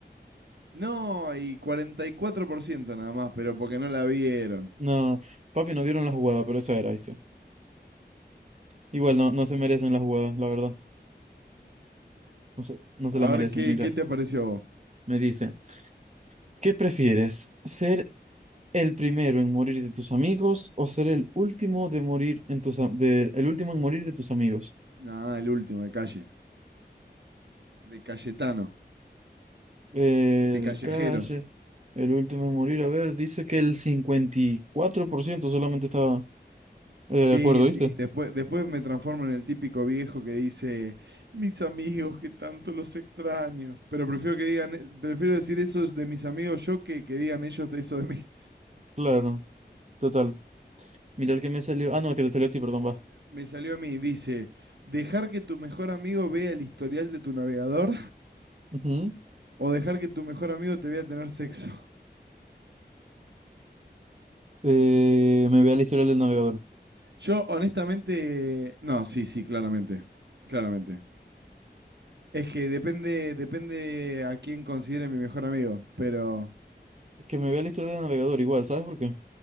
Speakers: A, on the right; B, on the right.
A: No, y 44% nada más, pero porque no la vieron.
B: No, papi, no vieron la jugada, pero eso era, ¿viste? Igual no, no se merecen las jugadas, la verdad. No se, no se
A: A
B: la merecen.
A: ver, ¿qué,
B: Mira,
A: qué te pareció a vos?
B: me dice, ¿qué prefieres? ¿Ser el primero en morir de tus amigos o ser el último de morir en tus, a- de- el último en morir de tus amigos?
A: Nah, el último, de calle. De Cayetano,
B: eh,
A: de Callejeros.
B: de calle, el último en morir, a ver, dice que el 54% solamente estaba
A: Sí,
B: eh, de acuerdo,
A: sí.
B: ¿viste?
A: Después, después me transformo en el típico viejo que dice, mis amigos, que tanto los extraño. Pero prefiero que digan, prefiero decir eso de mis amigos yo que que digan ellos de eso de mí.
B: Claro, total. Mira el que me salió. Ah, no, el que te salió a ti, perdón, va.
A: Me salió a mí, dice, dejar que tu mejor amigo vea el historial de tu navegador
B: Ujú.
A: o dejar que tu mejor amigo te vea tener sexo.
B: Eh, me vea el historial del navegador.
A: Yo honestamente, no, sí, sí, claramente, claramente. Es que depende, depende a quién considere mi mejor amigo, pero
B: Es que me vea el historial del navegador igual, ¿sabes por qué?